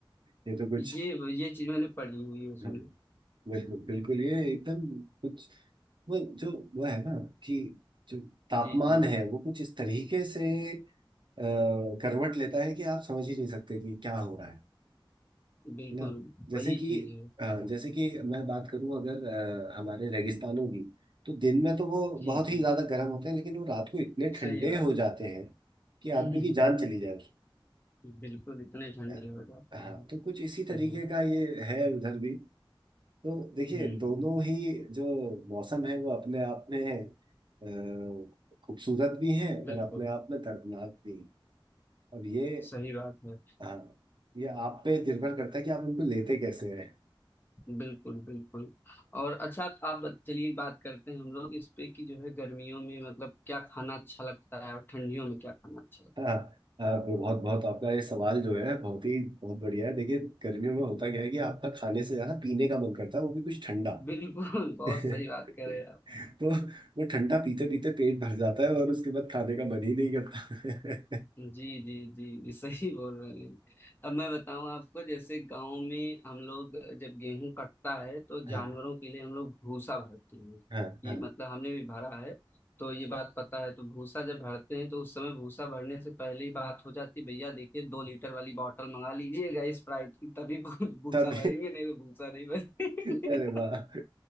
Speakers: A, on the right; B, on the left.
A: ये तो कुछ
B: ये ये चीज मैंने पढ़ी हुई है उसमें
A: हाँ, बिल्कुल बिल्कुल ये एकदम कुछ वो जो वो है ना कि जो तापमान
B: जी जी
A: है वो कुछ इस तरीके से अ, करवट लेता है कि आप समझ ही नहीं सकते कि क्या हो रहा है
B: बिल्कुल
A: है ना जैसे
B: वही
A: कि
B: चीज है
A: अ, जैसे कि मैं बात करूं अगर अ, हमारे रेगिस्तानों की तो दिन में तो वो
B: जी
A: बहुत
B: जी
A: ही ज्यादा गर्म होते हैं लेकिन वो रात को इतने ठंडे
B: सही बात
A: हो जाते हैं कि
B: है।
A: आदमी की जान चली जाए उस-
B: <laughs> बिल्कुल इतने ठंडे
A: अ,
B: हो जाते
A: हाँ
B: हैं
A: तो कुछ इसी तरीके
B: सही है।
A: का ये है उधर भी तो देखिए
B: हम्म
A: दोनों ही जो मौसम है वो अपने आप में अ, खूबसूरत भी हैं
B: बिल्कुल
A: और अपने आप में दर्दनाक भी हैं अब ये
B: सही बात है
A: हाँ ये आप पे निर्भर करता है कि आप उनको लेते कैसे हैं
B: बिल्कुल बिल्कुल और अच्छा आप बत- चलिए बात करते हैं हम लोग इस पे कि जो है गर्मियों में मतलब क्या खाना अच्छा लगता है और ठंडियों में क्या खाना अच्छा लगता
A: हाँ, हाँ, बहुत बहुत आपका ये सवाल जो है बहुत ही बहुत बढ़िया है देखिए गर्मियों में होता क्या है कि आपका खाने से ज्यादा पीने का मन करता है वो भी कुछ ठंडा
B: है बिल्कुल
A: <laughs>
B: <laughs> बहुत
A: तो
B: सही बात करें
A: वो ठंडा पीते पीते पेट भर जाता है और उसके बाद खाने का मन ही नहीं करता
B: जी जी जी सही बोल रहे हैं अब मैं बताऊं आपको जैसे गांव में हम लोग जब गेहूं कटता है तो
A: <laughs>
B: जानवरों
A: है ना हाँ
B: के लिए हम लोग भूसा भरते हैं कि
A: हाँ हाँ
B: मतलब हमने भी भरा है तो ये बात पता है तो भूसा जब भरते हैं तो उस समय भूसा भरने से पहले ही बात हो जाती भैया देखिए दो लीटर वाली बॉटल मंगा लीजिएगा स्प्राइट की तभी <laughs> भूसा
A: तब
B: भरेंगे नहीं तो भूसा नहीं भरेंगे
A: <laughs> अरे वाह